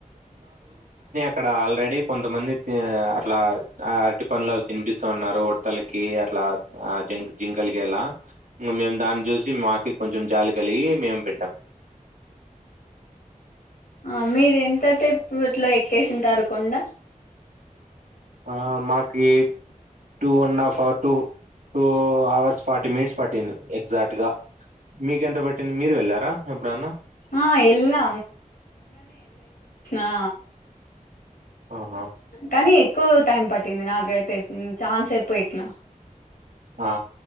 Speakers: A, on the right (about 75°); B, on the left (about 85°).
A: ఇక్కడ ఆల్రెడీ కొంతమంది అట్లా ఆ అరటి పనులు తిని చుపిస్త ఉన్నారు ఉడత లకి అట్లా ఆ జిం జింకల్కి ఎలా ఇంగా మేము దాన్ని చూసి మాకి కొంచెం జాలి కలిగి మేము పెట్టాం
B: ఆ మీరు ఎంతసేపిట్లో ఎక్కేసింటారు కొండ
A: ఆ మా ఏ టూ అండ్ హఫ్ ఆ two two hours forty minutes పట్టింది. ఎగ్జాక్ట్ గా మీక ఎంత పట్టింది మీరు వెళ్ళారా ఎప్పుడన్నా
B: ఆ వెళ్ళినా ఆ
A: ఆహా
B: కానీ ఎక్కువ టైం పట్టింది నాకైతే చాన్స్ అయిపోయికినా
A: ఆ